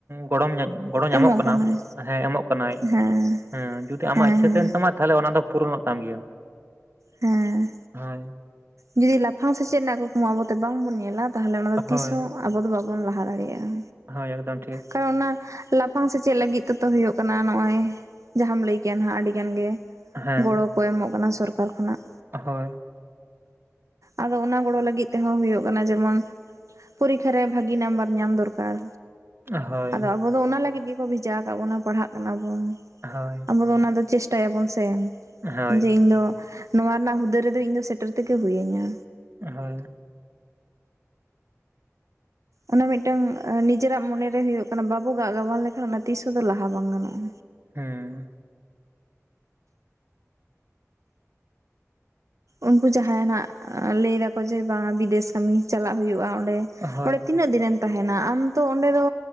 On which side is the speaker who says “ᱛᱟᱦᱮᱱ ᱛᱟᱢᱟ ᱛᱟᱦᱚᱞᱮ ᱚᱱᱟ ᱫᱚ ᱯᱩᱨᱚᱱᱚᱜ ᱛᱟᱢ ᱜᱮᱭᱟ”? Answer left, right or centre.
Right